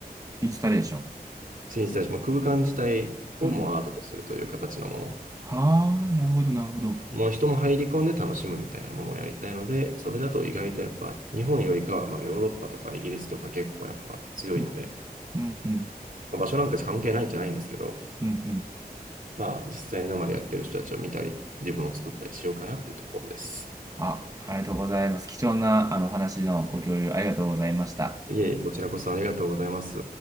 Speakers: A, on the right; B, on the right.
A: インスタレーション。
B: インスタレーション、まあ空間自体をもうアートとするという形のもの。
A: うん。はあ、なるほど、なるほど。
B: もう人も入り込んで楽しむみたいなものをやりたいので、それだと意外とやっぱ日本よりかは、まあ、ヨーロッパとかイギリスとか結構やっぱ強いので、
A: うん、うん、うん、
B: まあ場所なんか関係ないんじゃないんですけど、
A: うん、うん。
B: まあ実際に生でやってる人たちを見たり、自分を作ったりしようかなっていうところです。
A: あ、ありがとうございます。貴重なあのお話のご共有ありがとうございました。
B: いえいえ、こちらこそありがとうございます。